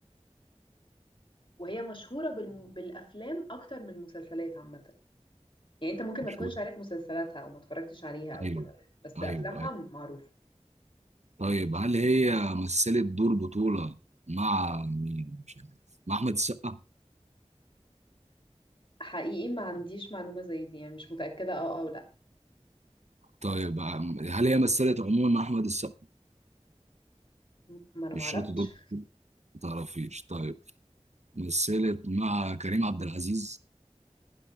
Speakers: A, on the left; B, on the right.
A: وهي مشهورة بال- بالافلام اكتر من المسلسلات عامة يعني انت ممكن
B: مشهور
A: ما تكونش عارف مسلسلاتها او ما اتفرجتش عليها او
B: ايوه
A: كده بس
B: ايوه
A: افلامها
B: أيوه.
A: معروفة
B: طيب هل هي مثلت دور بطولة مع مين مش عارف. مع أحمد السقا
A: حقيقي ما عنديش معلومة زي دي يعني مش متأكدة اه او لا
B: طيب هل هي مثلت عموما مع أحمد السقا
A: م- ما انا
B: مش
A: ما اعرفش
B: شرط دور بطولة؟ ما تعرفيش طيب مثلت مع كريم عبد العزيز